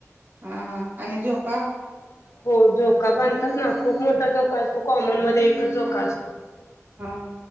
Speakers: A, on the right; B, on the left.
A: हा हां आणि झो का
B: हो झोका बांधतात ना खूप मोठा झोका असतो कॉमन मध्ये एकच झोका असतो
A: हा हा